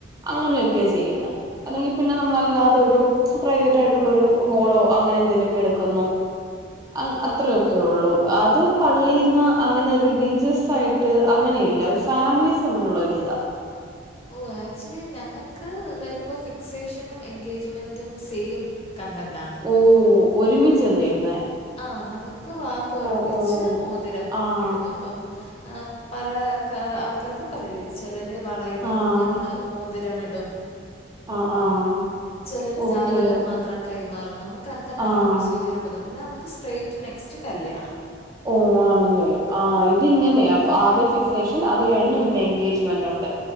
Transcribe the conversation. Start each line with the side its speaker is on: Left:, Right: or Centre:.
Right: അങ്ങനെയൊക്കെ ചെയ്യുന്ന് അല്ലെങ്കി പിന്നെ നമ്മളല്ലാതെ ഒരു പ്രൈവറ്റ് ആയിട്ടുള്ള ഒരു ഹോളോ അങ്ങനെ എന്തേലൊക്കെ എടുക്കുന്നു അങ്ങ് അത്രയൊക്കെ ഒള്ളൂ അത് പള്ളീന്ന് അങ്ങനെ റിലീജസ് ആയി ട്ട് അങ്ങനെയില്ല ഫാമിലീസ് തമ്മിലുള്ള ഒരിതാ
Left: ഓഹ് ആക്ച്വലി ഞങ്ങക്ക് വരുമ്പോ ഫിക്സേഷനും എൻഗേജ്മെന്റും സെയിം കണ്ടന്റാണ്
Right: ഓഹ് ഒരുമിച്ചാ
Left: നമക്ക്
Right: ചെയ്യുന്നേ
Left: ആഹ് നമ്മക്ക് വാക്ക് ഒറപ്പിച്ച്
Right: ഓ ഓ
Left: മോതിരം
Right: ആഹ്
Left: ഇടുന്നു ഇപ്പം പല ആൾക്കാർക്ക് പല രീതി ചെലർ വളയിടും
Right: ആഹ്
Left: ഞങ്ങൾ മോ തിരം ഇടും
Right: ആഹ് ആഹ്
Left: ചെലര്
Right: ഓക്കെ
Left: ജാതകം മാ ത്രം കൈമാറും നമുക്ക് അങ്ങനെണ്
Right: ആഹ്
Left: ഈ പ്രൊസീജിർ പോന്നേ പിന്നെ നമുക്ക് സ്ട്രേറ്റ് നെക്സ്റ്റ് കല്ല്യണം
Right: ഓഹ് ആണല്ലേ? ആഹ് ഇത് ഇങ്ങനേ ആദ്യ ഫിക്സേഷൻ. ആ അത് കഴിഞ്ഞ് പിന്നെ എൻഗേജ്മെന്റ് ഒണ്ട്.